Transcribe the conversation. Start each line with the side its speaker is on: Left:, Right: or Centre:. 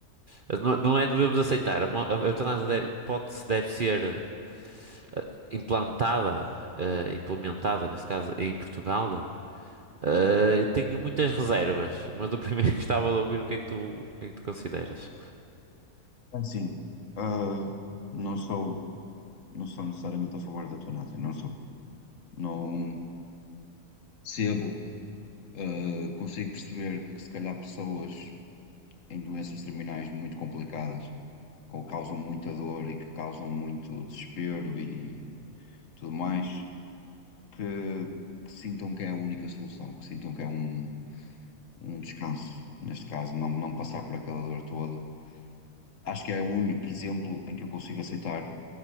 Right: a- não, não é devemos aceitar, a, mo- a eutanásia deve, pode, deve ser ah, implantada, ah, implementada, nesse caso, em Portugal. Ah, eu tenho muitas reservas, mas eu primeiro <laughs> gostava de ouvir o que é que tu, o que é que tu consideras.
Left: assim, ah, não sou, não sou necessariamente a favor da eutanásia, não sou. Não percebo, ah, consigo perceber que se calhar pessoas em doenças terminais muito complicadas, que causam muita dor e que causam muito desespero e tudo mais, que, que sintam que é a única solução, que sintam que é um, um descanso. Neste caso, não, não passar por aquela dor toda Acho que é o único exemplo em que eu consigo aceitar,